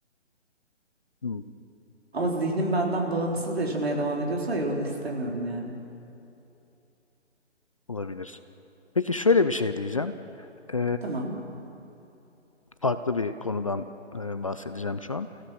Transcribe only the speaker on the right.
Ama zihnim benden bağımsız yaşamaya devam ediyorsa hayır onu istemiyorum yani.
Tamam.